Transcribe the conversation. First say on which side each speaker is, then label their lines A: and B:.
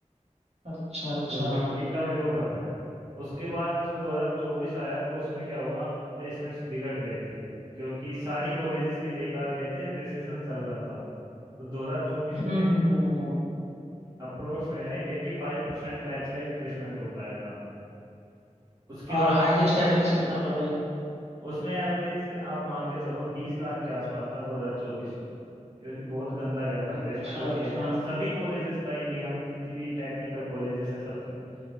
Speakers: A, on the right; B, on the right.
A: अच्छा अच्छा
B: तो रूब्रिक का मेरे को पता है उसके बाद जो 2024 आया तो उसमें क्या हुआ प्लेसमेंट्स बिगड़ गए थे क्योंकि सारी कॉलेजेस के बेकार गए थे रिसेशन चल रहा था तो 2024
A: हम्म
B: में
A: हम्म हम्म, हम्म।
B: अप्रोक्स मेरे 85 परसेंट बैच का ही प्लेसमेंट हो पाया था उसके बाद
A: और हाईएस्ट
B: में
A: एवरेज कितना था भाई
B: उसमें एवरेज आप मान के चलो बीस लाख के आसपास था 2024 में क्योंकि बहुत गंदा गया था
A: अच्छा
B: प्लेसमेंट उस
A: अच्छा
B: ईयर का सभी कॉलेजेस का इंडिया में जितनी भी टेक्निकल कॉलेजेस हैं सबका ही